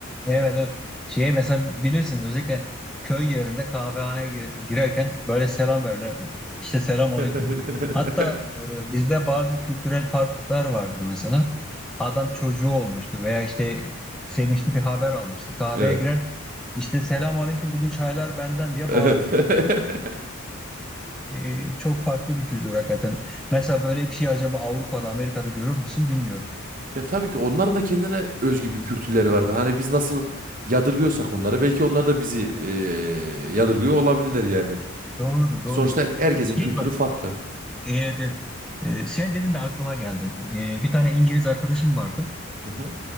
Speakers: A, in the centre; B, on the right (about 40°).
A: Evet evet. Şey mesela bilirsin özellikle köy yerinde kahvehaneye gir- girerken böyle selam verirler. İşte selam aleyküm.
B: <laughs>
A: Hatta e, bizde bazı kültürel farklılıklar vardır mesela. Adam çocuğu olmuştur veya işte sevinçli bir haber almıştır. Kahveye
B: Evet.
A: girer. İşte selam aleyküm bugün çaylar benden diye
B: Evet.
A: bağırır.
B: <laughs>
A: E, çok farklı bir kültür hakikaten. Mesela böyle bir şey acaba Avrupa'da, Amerika'da görür müsün bilmiyorum.
B: Ya tabii ki onların da kendine özgü bir kültürleri vardı. Hani biz nasıl yadırgıyorsak onları belki onlar da bizi eee, yadırgıyor olabilirler yani.
A: Doğrudur, doğrudur.
B: Sonuçta herkesin kültürü
A: Şey bak
B: farklı.
A: Evet, evet. Ee, sen dedin de aklıma geldi. Ee, bir tane İngiliz arkadaşım vardı.
B: Hı hı.